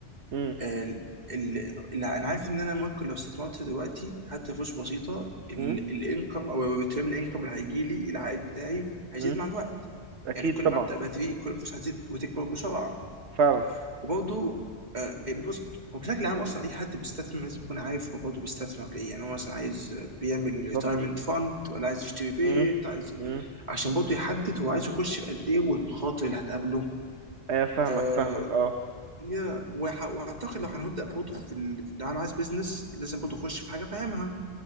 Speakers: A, on the right; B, on the right.
A: مم.
B: ال- ال- اللي انا عارف ان انا ممكن لو استثمرت دلوقتي حتى فلوس بسيطه الانكم
A: مم.
B: او الريتيرن انكم اللي هيجي لي العائد بتاعي هيزيد
A: مم.
B: مع الوقت
A: اكيد
B: يعني كل
A: طبعا
B: ما ابدا بدري كل الفلوس هتزيد وتكبر بسرعه
A: فعلا
B: وبرضه آه، بص هو بشكل عام اصلا اي حد بيستثمر لازم يكون عارف هو برضه بيستثمر ليه يعني هو مثلا عايز بيعمل
A: بالظبط
B: ريتايرمنت فاند ولا عايز يشتري بيت
A: مم.
B: عايز
A: مم.
B: عشان برضه يحدد هو عايز يخش بقد ايه والمخاطر اللي هتقابله
A: ايه فاهمك
B: آه،
A: فاهمك اه
B: يا وح- واعتقد لو هنبدا برضه في ال... لو انا عايز بيزنس لازم برضه اخش في حاجه فاهمها